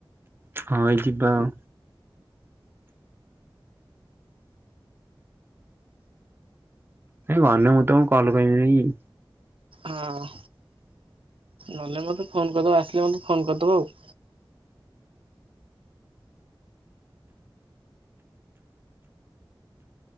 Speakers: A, on the right (about 25°); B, on the right (about 85°).
A: ହଁ ଭାଇ ଯିବା ଆଉ। ଗଲେ ମୁଁ ତମକୁ କଲ କରିବିିନି କି।
B: ହଁ ଗଲେ ମୋତେ ଫୋନ କରିଦେବ ଆସିଲେ ମୋତେ ଫୋନ କରିଦେବ ଆଉ।